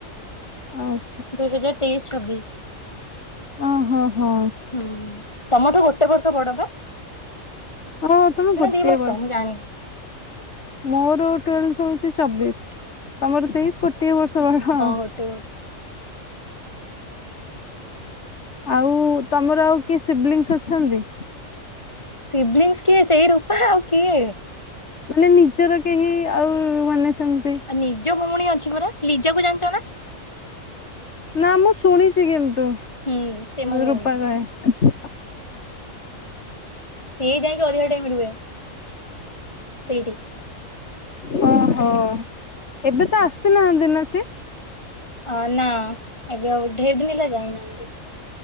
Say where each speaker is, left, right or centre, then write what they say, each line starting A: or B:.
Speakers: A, on the left; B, on the left.
A: ଆଁ କ୍।
B: ଦୁଇ ହଜାର ତେଇଶି ଛବିଶି।
A: ହ ହଁ ହଁ।
B: ହୁଁ ତମଠୁ ଗୋଟେ ବର୍ଷ ବଡ ପା।
A: ହଁ ତମେ ଗୋଟେ
B: ଦି
A: ବର୍ଷ।
B: ମୁଁ ଜାଣିନି।
A: ମୋର ଟୁଏଲଭଥ ହଉଛି ଚବିଶି ତମର ତେଇଶି କୋଟି। ଟେ ବର୍ଷ ବାଇ ହଁ।
B: ଗୋଟେ ବର୍ଷ।
A: ଆଉ ତମର ଆଉ କିଏ ସିବଲିଙ୍ଗସ୍ ଅଛନ୍ତି?
B: ସିବ୍ଲିଙ୍ଗସ କିଏ ସେଇ ରୂପା ଆଉ କିଏ।
A: ମାନେ ନିଜର କେହି ଆଉ ମାନେ ସେମିତି
B: ଆଉ ନିଜ ଭଉଣୀ ଅଛି ପରା ଲିଜାକୁ ଜାଣିଛ ନା?
A: ନା ମୁଁ ଶୁଣିଛି କିନ୍ତୁ
B: ହୁଁ ସେ ମୋ ଭଉଣୀ
A: ରୂପା କହେ।
B: ସିଇ ଯାଇକି ଅଧିକ ଟାଇମ ରୁହେ। ସେଇଠି।
A: ହଁ ଓହୋ ଏବେ ତ ଆସିନାହାନ୍ତି ନା ସିଏ?
B: ଅ ନା ଏବେ ଆଉ ଢେର ଦିନ ହେଲା ଯାଇନାହାନ୍ତି।